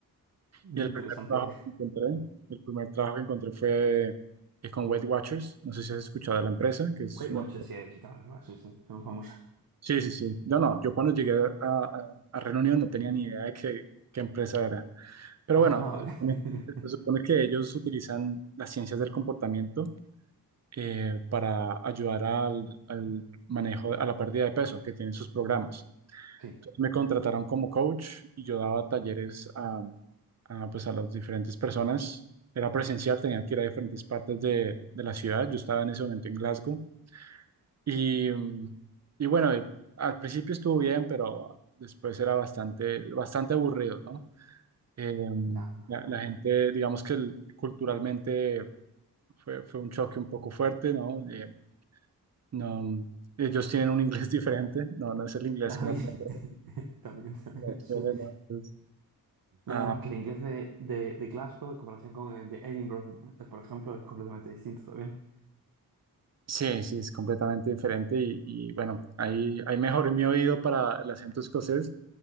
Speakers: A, on the right; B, on the right.
A: interesante.
B: y el primer trabajo que encontré, el primer trabajo que encontré fue eh, con Weight Watchers. No sé si has escuchado de la empresa, que es
A: Weight
B: una...
A: Watchers, sí, sí, claro, claro, sí, sí, son famosa
B: Sí, sí, sí. No, no, yo cuando llegué a, a, a Reino Unido no tenía ni idea de qué, qué empresa era. Pero
A: Ah,
B: bueno,
A: vale.
B: se supone,
A: <laughs>
B: se supone que ellos utilizan las ciencias del comportamiento eh, para ayudar al, al manejo, a la pérdida de peso que tienen sus programas.
A: Sí,
B: Entonces me contrataron como coach y yo daba talleres a, a, pues a las diferentes personas. Era presencial, tenía que ir a diferentes partes de, de la ciudad. Yo estaba en ese momento en Glasgow. Y, mm, y bueno, eh, al principio estuvo bien, pero después era bastante, bastante aburrido, ¿no? Eh, mm,
A: ya me imagino.
B: la, la gente, digamos que el- culturalmente fue, fue un choque un poco fuerte, ¿no? Eh, no, ellos tienen un inglés <laughs> diferente. No, no es el inglés
A: Está
B: que uno
A: bien,
B: aprende
A: <laughs> también
B: en la
A: bien,
B: escuela,
A: eso.
B: ¿no? Entonces,
A: Nada
B: ah,
A: más que el inglés de, de, de Glasgow en comparación con el de Edinburgh, eh, por ejemplo, es completamente distinto también.
B: sí, sí, es completamente diferente. Y, y bueno, ahí, ahí mejoré mi oído para el acento escocés.